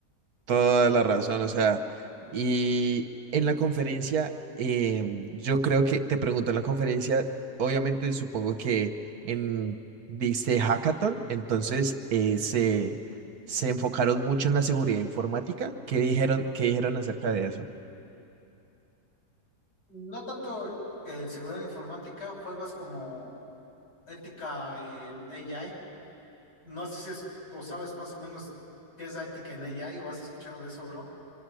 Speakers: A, on the right; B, on the left.
A: Toda la razón, o sea, y en la conferencia, eh, yo creo que te pregunto en la conferencia, obviamente supongo que en, dice hackathon, entonces eh, se, se enfocaron mucho en la seguridad informática. ¿Qué dijeron, qué dijeron acerca de eso?
B: No tanto en seguridad informática, fue más como ética en AI. No sé si es, o sabes más o menos qué es la ética en AI o has escuchado de eso, bro.